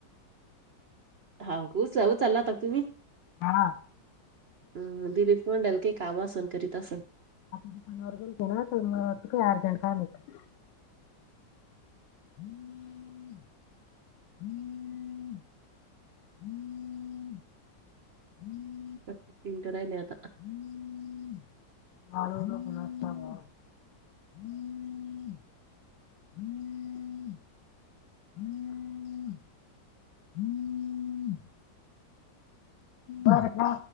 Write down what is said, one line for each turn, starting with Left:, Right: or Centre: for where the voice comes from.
Right: हा उच उचलाता तुम्ही?
Left: हा.
Right: हम्म दिलीप पण काही काम असन करीत असन.
Left: दुकानावर गेलते न काही अर्जट काम आहे. <unintelligible> हम्म हम्म
Right: तिन त राहिले आता.
Left: <unintelligible> हम्म हम्म हम्म हम्म ह् का